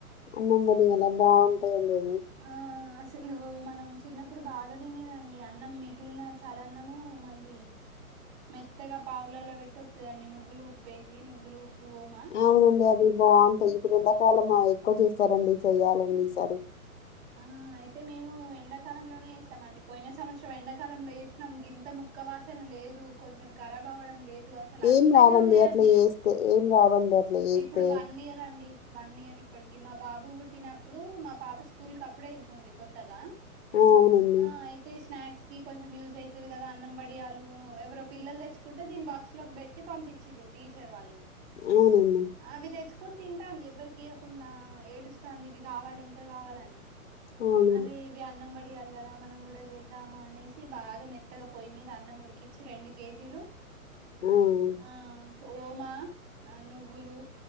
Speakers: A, on the left; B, on the right.
A: అన్నం వడియాల బాగుంటాయండి అవి
B: ఆ అసలు మనం చిన్నప్పుడు బాగా తినేదండి అన్నం మిగిలిన చాలా అన్నము మళ్ళీ మెత్తగా పావులలో పెట్టి వస్తుందండి నువ్వులు ఉప్పేసి నువ్వులు ఉప్పు ఓమా
A: నావున్గాదు బావుంటాయ్ ఇప్పుడు ఎండాకాలం ఎక్కువ చేస్తారండి చెయ్యాలండి ఈ సారి.
B: ఆ అయితే మేము ఎండాకాలంలోనే చేస్తాం అండి పోయిన సంవత్సరం ఎండాకాలంలో చేసినాం గింత ముక్క. వాసన లేదు కొంచెం ఖరాబ్ అవ్వడం లేదు అసలు అట్లనే
A: ఏం రావండి
B: ఉన్నాయండ
A: అట్లా చేస్తే ఏం రావండి అట్లా చేస్తే
B: ఇప్పుడు వన్ ఇయర్ అండి వన్ ఇయర్ ఇప్పటికి మా బాబు పుట్టినప్పుడు మా పాప స్కూల్ కప్పుడే ఎళ్తుంది కొత్తగా.
A: ఆ, అవునండి
B: ఆ అయితే స్నాక్స్ గి కొంచెం యూజ్ అయితది కదా అన్నం వడియాలు ఎవరో పిల్లలు తెచ్చుకుంటే దీని బాక్స్ లోగ్ బెట్టి పంపించిర్రు. టీచర్ వాళ్ళు
A: అవునండి
B: అవి తెచ్చుకొన్ తింటాంది ఎవ్వరికియ్వకుండా ఏడుస్తాంది ఇవి కావాలి ఇంకా కావాలని.
A: అవునండి
B: అరే ఇవి అన్నం వడి డియాలి కదా మనం కూడా చేద్దాము అనేసి బాగా మెత్తగా పోయి మీద అన్నం ఉడికిచ్చి రెండు కేజీలు.
A: అవున్
B: ఆ ఓమా ఆ నువ్వులు